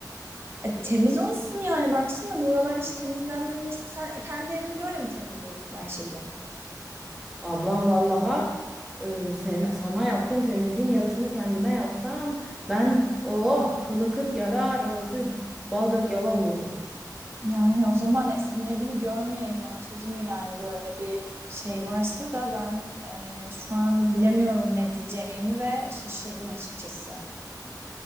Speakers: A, on the right; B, in the centre.
A: E, temiz olsun yani baksana buralar hiç temizlenmemiş. Sen kendi evini böyle mi temizliyorsun Ayşe'cim?
B: Ablam vallaha e, sen, sana yaptığım temizliğin yarısını kendime yapsam ben o kılı kırk yarar orası bal dök yala olurdu.
A: Yani o zaman e, senin evini görmeyelim Ayşe'cim yani böyle bir şey varsa da ben e, şu an bilemiyorum ne diyeceğimi ve şaşırdım açıkçası.